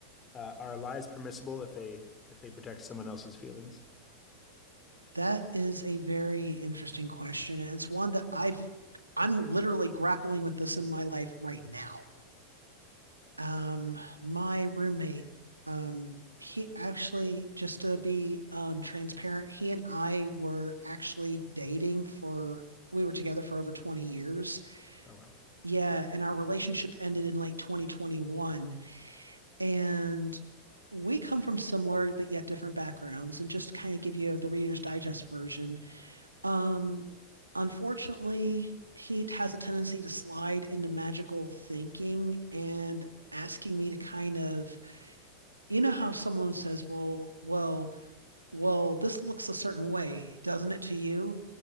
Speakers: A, on the left; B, on the right.
A: uh, are lies permissible if they if they protect someone else's feelings?
B: That is a very interesting question, and it's one that I've I'm literally grappling with this in my life right now. Um, my roommate, um, he actually, just to be um transparent, he and I were actually dating for we were together for over 20 years.
A: Oh wow.
B: Yeah, and our relationship ended in late 2021. And we come from similar but yet different backgrounds. And just to kind of give you the Reader's Digest version, um, unfortunately, he has a tendency to slide into magical thinking and asking me to kind of you know how someone says, "Well, well, well, this looks a certain way, doesn't it to you?"